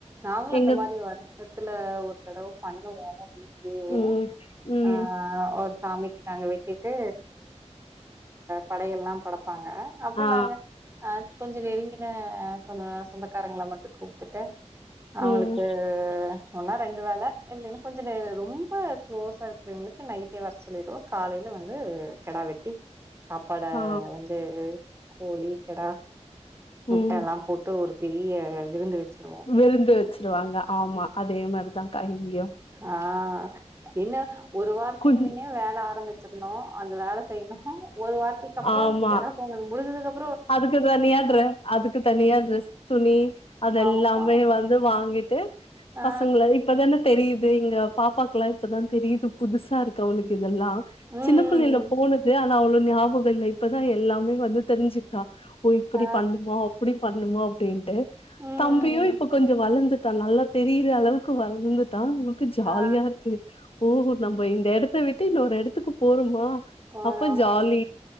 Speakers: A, on the right (about 20°); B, on the left (about 50°).
A: நாங்ளு
B: எங்க
A: அந்த மாதிரி வர்ஷத்துல ஒரு தடவ அந்த மாதிரி அப்டியே பண்ணுவோ
B: ம் ம்
A: ஆ ஒரு சாமிக்கு நாங்க வெட்டிட்டு படையள்ல்லா படைப்பாங்க அப்றோ
B: ஆ
A: நாங்க அ கொஞ்சோ நெருங்கிய சொந்த சொந்நகார க்காரங்கள மட்டு கூப்ட்டுட்டு அவுங்களுக்கு
B: ம்
A: ஒன்னா ரெண்டு வேல இல்லன்னா கொஞ்சோ ரொம்ப க்ளோஸா இருக்கிறவங்ளுக்கு நைட்டே வர சொல்லிடுவோ காலையில வந்து கெடா வெட்டி சாப்பாட
B: ஆ
A: வந்து கோழி கெடா முட்டல்லா
B: ம்
A: போட்டு ஒரு பெரிய விருந்து வச்சிருவோ
B: விருந்து வச்சிருவாங்க ஆமா அதே மாரிதாங்கா இங்கியு
A: அ இன்ன ஒரு வாரத்துக்கு
B: கொஞ்
A: முன்னே வேல ஆரம்மிச் அந்த வேல செய்ணு ஒரு வார்த்தைக்கு அப்றோ
B: ஆமா
A: கெடா பொங்க முடி்சதுக்கு அப்றோ
B: அதுக்கு தனியாத ட்ர அதுக்கு தனியா ட்ரஸ் துணி அதெல்லாமே
A: ஆமா.
B: வந்து வாங்கிட்டு
A: ஆ.
B: பசங்கள இப்பதான தெரியுது எங்க பாப்பாக்ல்லா இப்பதா தெரியுது புதுசா இருக்கு அவளுக்கு இதெல்லா
A: ம், ம்,
B: சின்ன புள்ளைல
A: ம்.
B: போனது அ போ நியாபகோ இல்ல இப்பதா எல்லாமே வந்து தெரிஞ்சுக்கிறா ஓ இப்டி
A: ஆ.
B: பண்ணு மா அப்டி பண்ணுமோ அப்டின்ட்டு
A: ம், ம்,
B: தம்பியு
A: ம்.
B: இப்ப கொஞ்சோ வளந்து டா நல்லா தெரிற அளவுக்கு வளந்துட்டா ஜாலியா
A: ஆ.
B: இருக்கு ஓ நம்ம இந்த எடத்த விட்டு இன்னொரு எடத்துக்கு போறோமா
A: போறோம்.
B: அப்ப ஜாலி